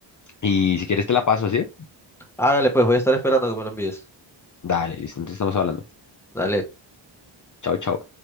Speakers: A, on the left; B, in the centre.
A: Y si quieres te la paso, ¿sí?
B: Hágale pues, voy a estar esperando a que me lo envíes.
A: Dale, listo. Entonces estamos hablando.
B: Dale.
A: Chao, chao.